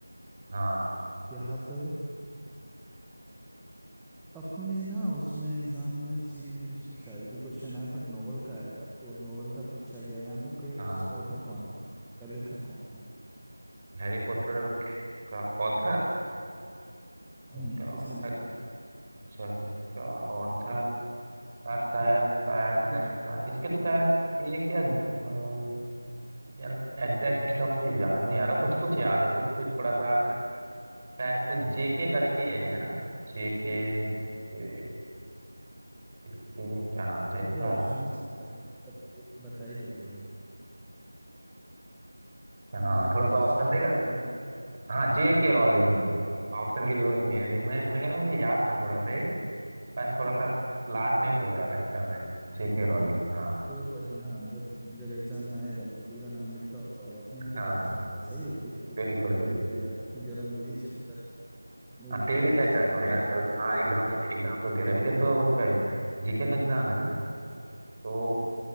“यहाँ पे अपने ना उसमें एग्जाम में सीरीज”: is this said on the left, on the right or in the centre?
Centre